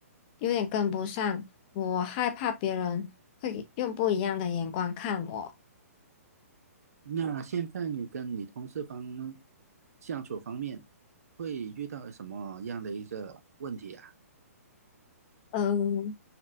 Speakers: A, on the left (about 35°); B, on the right (about 70°).
A: 有点跟不上，我害怕别人会用不一样的眼光看我。
B: 那现在你跟你同事方相处方面会遇到什么样的一个问题啊？
A: 嗯，